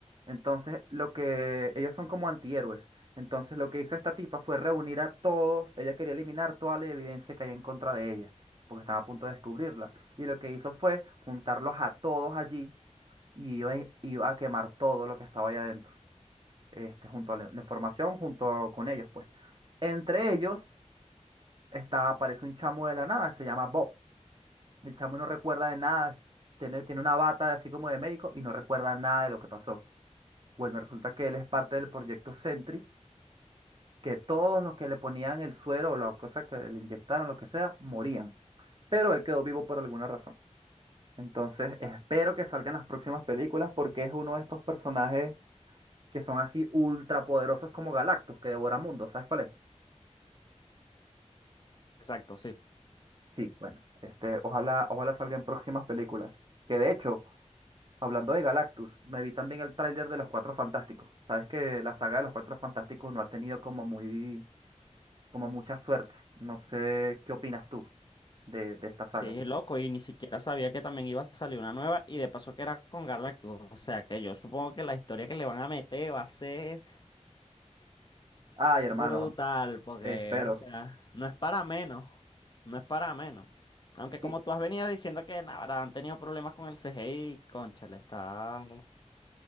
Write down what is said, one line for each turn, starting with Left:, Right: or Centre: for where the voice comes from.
Right: Entonces, lo que ellos son como antihéroes. Entonces, lo que hizo esta tipa fue reunir a todos, ella quería eliminar toda la evidencia que hay en contra de ella, porque estaba a punto de descubrirla. Y lo que hizo fue juntarlos a todos allí y iba, iba a quemar todo lo que estaba allá adentro, este, junto a la la información, junto con ellos, pues. Entre ellos está, aparece un chamo de la nada, se llama Bob. El chamo no recuerda de nada, tiene, tiene una bata así como de médico y no recuerda nada de lo que pasó. Bueno, resulta que él es parte del proyecto Sentry, que todos los que le ponían el suero o la cosa que le inyectaron, lo que sea, morían. Pero él quedó vivo por alguna razón. Entonces, espero que salgan las próximas películas porque es uno de estos personajes que son así ultra poderosos como Galactus, que devora mundos. ¿Sabes cuál es?
Left: Exacto, sí.
Right: Sí, bueno, este, ojalá, ojalá salgan próximas películas. Que de hecho, Hablando de Galactus, me vi también el tráiler de Los Cuatro Fantásticos. Sabes que la saga de Los Cuatro Fantásticos no ha tenido como muy, como mucha suerte. No sé qué opinas tú
Left: Sí,
Right: de, de esta
Left: Sí,
Right: saga.
Left: loco. Y ni siquiera sabía que también iba a salir una nueva. Y de paso que era con Galactus. O sea que yo supongo que la historia que le van a meter va a ser
Right: Ay, hermano,
Left: Brutal, porque,
Right: eh, espero.
Left: o sea, no es para menos, no es para menos. Aunque
Right: Sí,
Left: como tú has venido diciendo que ahora han tenido problemas con el CGI, cónchale, está,